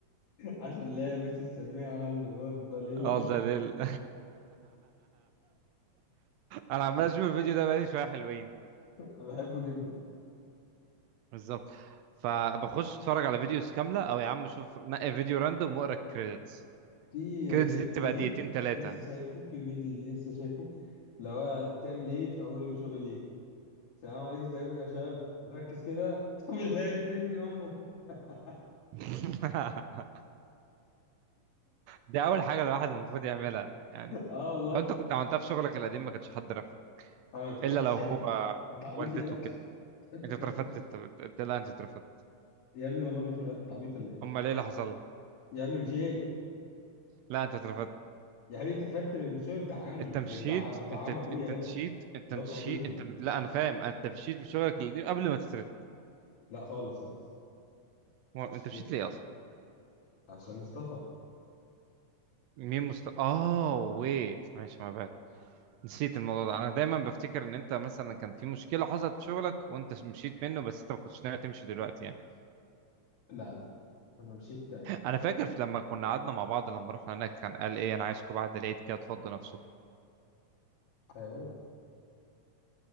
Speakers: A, on the left; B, on the right.
A: عشان لابس السماعة المضادة لل
B: اه ده ليل <laughs> انا عمال اشوف الفيديو ده بقالي شويه حلوين
A: أنا <laughs> بحبه جدا
B: بالظبط فبخش اتفرج على فيديوز كامله او يا عم شوف نقي فيديو راندوم واقرا الكريدتس
A: في
B: الكريدتس
A: فيديو
B: دي بتبقى
A: ليه
B: دقيقتين ثلاثه
A: لسه شايفه في فيديو ليه لسه شايفه اللي هو تعمل ايه في اول يوم شغل ليك السلام عليكم ازيكم يا شباب ركز كده <laughs> طب اللي هيرفدني امه <laughs>
B: <laughs> دي اول حاجه الواحد المفروض يعملها يعني
A: اه والله
B: لو انت كنت عملتها في شغلك القديم ما كنتش حد رفض
A: انا ما اترفدتش
B: الا لو
A: يا
B: هو
A: هبل انت عبيط
B: والدته
A: يالا
B: كده
A: <laughs> ما اترفدتش
B: انت اترفدت انت أنت- لا انت اترفدت
A: يا ابني والله ما اترفدت أنت عبيط ولا ايه
B: امال ايه اللي حصل لها
A: يا ابني مشيت
B: لا انت اترفدت
A: يا حبيبي اترفدت من الشغل بتاع عمي
B: انت مشيت
A: إيه، بتاع بتاع
B: انت
A: عم
B: انت
A: ابويا يالا
B: مشيت انت
A: اللي
B: مشيت
A: هو بتاع جدي
B: انت لا انا فاهم انت مشيت في شغلك القديم قبل ما تترفد
A: لا خالص خالص
B: هو
A: كنت
B: انت
A: اترفدت
B: مشيت ليه اصلا
A: عشان مصطفى
B: مين مست اه ويت ماشي ما بقى نسيت الموضوع ده انا دايما بفتكر ان انت مثلا كان في مشكله حصلت في شغلك وانت مشيت منه بس انت ما كنتش ناوي تمشي دلوقتي يعني
A: لا لا انا مشيت يعني
B: انا فاكر في- لما كنا قعدنا مع بعض لما رحنا هناك كان قال ايه انا عايزكم بعد العيد كده تفضوا نفسكم
A: حيوان